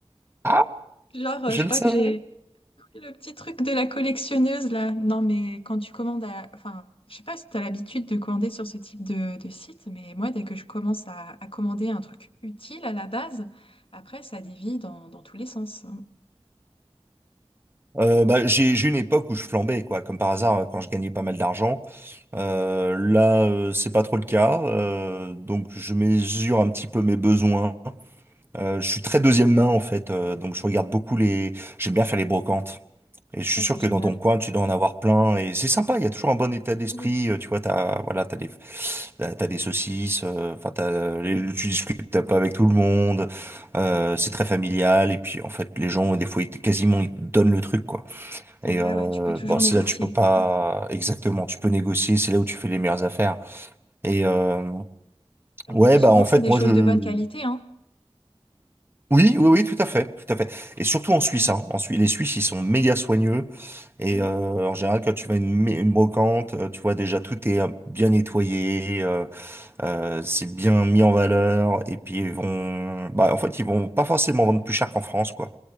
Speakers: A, on the right; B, on the left.
A: Ah,
B: Genre, euh,
A: je
B: je
A: le
B: crois
A: savais.
B: que j'ai pris le petit truc de la collectionneuse là. Non, mais quand tu commandes à... Enfin, je sais pas si t'as l'habitude de commander sur ce type de, de site, mais moi, dès que je commence à, à commander un truc utile à la base, après, ça dévie dans, dans tous les sens.
A: Euh, bah, j'ai j'ai une époque où je flambais, quoi, comme par hasard, euh, quand je gagnais pas mal d'argent. Euh, là, euh, c'est pas trop le cas. Euh, donc, je mesure un petit peu mes besoins. Euh, je suis très deuxième main, en fait. euh, donc, je regarde beaucoup les... J'aime bien faire les brocantes. Et
B: Ah,
A: je
B: ça,
A: suis sûr
B: c'est
A: que
B: génial.
A: dans ton coin, tu dois en avoir plein. Et c'est sympa, il y a toujours un bon état d'esprit.
B: Oui,
A: euh, Tu vois, t'as, voilà, t'as des, t'as t'as des saucisses. euh, Enfin, t'as, les- tu discutes un peu avec tout le monde. euh, c'est très familial. Et puis, en fait, les gens, des fois, ils, te- quasiment, ils te donnent le truc, quoi.
B: c'est
A: Et
B: vrai,
A: euh,
B: ouais, tu peux toujours
A: bon, c'est
B: négocier.
A: là, tu peux pas
B: Mm.
A: exactement. Tu peux négocier. C'est là où tu fais les meilleures affaires. Et euh,
B: Et en
A: ouais,
B: plus, souvent,
A: bah, en fait,
B: c'est des
A: moi,
B: choses
A: je,
B: de bonne qualité, hein.
A: oui, oui, oui, tout à fait, tout à fait. Et surtout en Suisse, hein. En Suisse, les Suisses, ils sont méga soigneux. Et
B: Oui,
A: euh, en général, quand tu vas à une, une brocante, euh, tu vois déjà tout est euh, bien nettoyé, euh, euh, c'est bien mis en valeur. Et puis ils vont, bah en fait ils vont pas forcément vendre plus cher qu'en France, quoi.